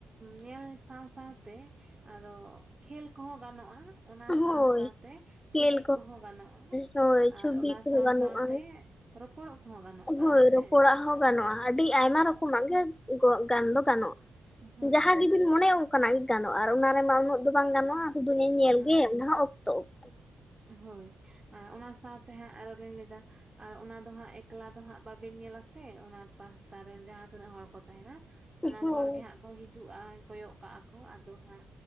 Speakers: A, on the right; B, on the left.
A: ᱧᱮᱞ ᱥᱟᱶ ᱥᱟᱶᱛᱮ ᱟᱨᱦᱚᱸ ᱠᱷᱮᱞ ᱠᱚᱦᱚᱸ ᱜᱟᱱᱚᱜᱼᱟ᱾ ᱚᱱᱟ
B: ᱦᱳᱭ
A: ᱥᱟᱶ ᱥᱟᱶᱛᱮ
B: ᱠᱷᱮᱞ
A: ᱪᱷᱩᱵᱤ ᱠᱚᱦᱚᱸ ᱜᱟᱱᱚᱜᱼᱟ
B: ᱦᱳᱭ
A: ᱟᱨ
B: ᱪᱷᱚᱵᱤ
A: ᱚᱱᱟ
B: ᱠᱚᱦᱚᱸ
A: ᱥᱟᱶ
B: ᱜᱟᱱᱚᱜᱼᱟ
A: ᱥᱟᱶᱛᱮ ᱨᱚᱯᱚᱲᱚᱜ ᱠᱚᱦᱚᱸ ᱜᱟᱱᱚᱜ᱾ ᱠᱟᱱᱟ
B: ᱦᱳᱭ
A: ᱥᱮ
B: ᱨᱚᱯᱚᱲᱟᱜ ᱦᱚᱸ ᱜᱟᱱᱚᱜ-ᱟ, ᱟᱹᱰᱤ ᱟᱭᱢᱟ ᱨᱚᱠᱚᱢᱟᱜ ᱜᱮ ᱜᱟᱱ ᱫᱚ ᱜᱟᱱᱚᱜᱼᱟ᱾
A: ᱦᱳᱭ
B: ᱡᱟᱦᱟᱸ
A: ᱦᱳᱭ
B: ᱜᱮᱵᱤᱱ ᱢᱚᱱᱮᱭᱟ ᱚᱱᱠᱟᱱᱟᱜ ᱜᱮ ᱜᱟᱱᱚᱜᱼᱟ ᱟᱨ ᱚᱱᱟ ᱨᱮᱢᱟ ᱩᱱᱟᱹᱜ ᱫᱚ ᱵᱟᱝ ᱜᱟᱱᱚᱜᱼᱟ ᱥᱩᱫᱩ ᱧᱮᱧᱮᱞ
A: ᱦᱳᱭ
B: ᱜᱮ ᱚᱱᱟ ᱦᱚᱸ ᱚᱠᱛᱚ ᱚᱠᱛᱚ᱾
A: ᱦᱳᱭ ᱟᱨ ᱚᱱᱟ ᱥᱟᱶᱛᱮ ᱦᱟᱸᱜ ᱟᱨᱚᱞᱤᱧ ᱞᱟᱹᱭᱫᱟ ᱟᱨ ᱚᱱᱟ ᱫᱚ ᱦᱟᱸᱜ ᱮᱠᱞᱟ ᱫᱚ ᱦᱟᱸᱜ ᱵᱟᱵᱤᱱ ᱧᱮᱞᱟ ᱥᱮ ᱚᱱᱟ ᱯᱟᱦᱴᱥᱟ ᱨᱮᱱ ᱡᱟᱦᱟᱸ ᱛᱤᱱᱟᱹᱜ ᱦᱚᱲ ᱠᱚ ᱛᱟᱦᱮᱱᱟ ᱥᱟᱱᱟᱢ
B: ᱦᱳᱭ
A: ᱦᱚᱲ ᱜᱮ ᱦᱟᱸᱜ ᱠᱚ ᱦᱤᱡᱩᱜᱼᱟ᱾ ᱠᱚᱭᱚᱜ ᱠᱟᱜᱼᱟ ᱠᱚ ᱟᱫᱚ ᱦᱟᱸᱜ